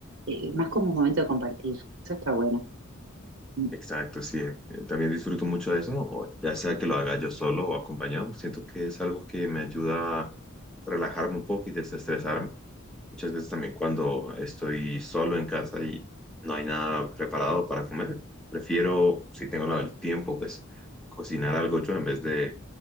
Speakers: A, on the right; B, in the centre.
A: eh, más como un momento de compartir. Eso está bueno. Mm.
B: Exacto, sí. eh, También disfruto mucho de eso, o ya sea que lo haga yo solo o acompañado. Siento que es algo que me ayuda a relajarme un poco y desestresarme. Muchas veces también cuando estoy solo en casa y no hay nada preparado para comer, prefiero, si tengo la- el tiempo, pues cocinar algo yo en vez de